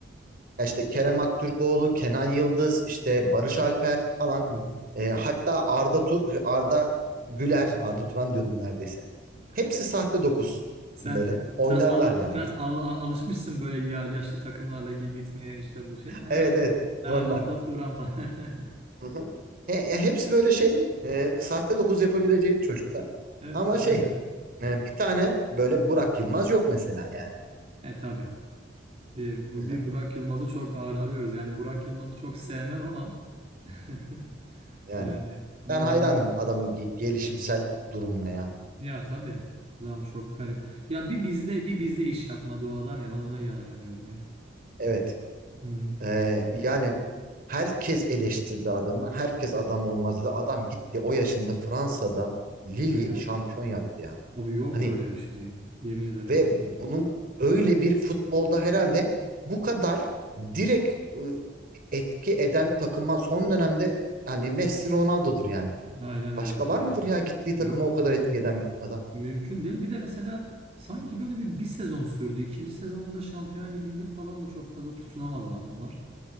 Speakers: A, on the right; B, on the right.
A: Ya İşte Kerem Aktürkoğlu, Kenan Yıldız, işte
B: Hı hı.
A: Barış Alper falan.
B: Hı hı.
A: Ee, hatta Arda Tu- Arda Güler,
B: Hı hı.
A: Arda Turan diyordum neredeyse. Hepsi
B: <laughs>
A: sahte dokuz
B: Sen
A: böyle.
B: sen
A: Oynarlar
B: al,
A: yani.
B: sen al- alışmışsın böyle ya, yaşlı takımlarla gi- gitmeye işte bu şey. Hemen
A: Evet evet
B: hemen
A: ondan.
B: Arda Turan falan. <laughs>
A: Hı hı. He- e, hepsi böyle şey e, sahte dokuz yapabileceğin çocuklar.
B: Evet
A: Ama
B: evet
A: şey
B: öyledir.
A: e, bir tane böyle Burak Yılmaz yok mesela yani.
B: E tabii. Bir, bu-
A: Hı hı.
B: bir Burak Yılmaz'ı çok ağır arıyoruz. Yani Burak Yılmaz'ı çok sevmem ama <laughs>
A: Yani
B: yani malum.
A: ben hayranım adamın ge- gelişimsel durumuna ya.
B: Ya tabii. Adam çok garip. Ya bir bizde bir bizde iş yapmadı o adam ya. Ben ona yan- yanıyorum ya.
A: Evet
B: Hı hı.
A: E, yani herkes eleştirdi adamı. Herkes adam olmaz dedi. Adam gitti o yaşında Fransa'dan Lille
B: E ya.
A: şampiyon yaptı ya.
B: Abi yok
A: Hani
B: böyle bir şey ya. Yemin ederim
A: Ve
B: sana.
A: bunun böyle bir futbolda herhalde bu kadar direkt ıı, etki eden takıma son dönemde hani Messi Ronaldo'dur yani.
B: Aynen öyledir
A: Başka var
B: yani.
A: mıdır ya Bence de. gittiği takıma
B: Yok
A: o kadar etki
B: abi.
A: eden bir adam?
B: Mümkün değil. Bir de mesela sanki böyle bir bir sezon sürdü. İkinci sezonunda Şampiyon Ligi'nde falan da çok fazla tutunamadılar onlar.